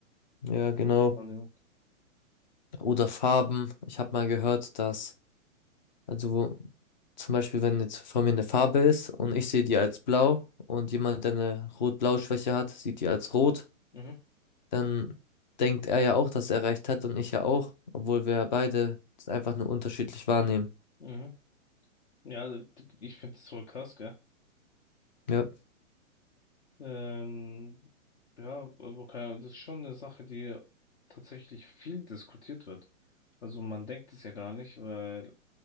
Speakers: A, on the left; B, on the left.
A: ja, genau.
B: Wahrnehmung.
A: Oder Farben. Ich habe mal gehört, dass, also wo, zum Beispiel, wenn jetzt vor mir eine Farbe ist und
B: Mhm.
A: ich sehe die als blau und jemand, der eine Rot-Blau-Schwäche hat, sieht die als rot,
B: Mhm,
A: dann denkt er ja auch, dass er recht hat und ich ja auch, obwohl wir beide das einfach nur unterschiedlich wahrnehmen.
B: mhm. Ja, ich finde das voll krass, gell?
A: Ja.
B: Ähm, ja, aber keine Ahnung, das ist schon eine Sache, die tatsächlich viel diskutiert wird. Also man denkt es ja gar nicht, weil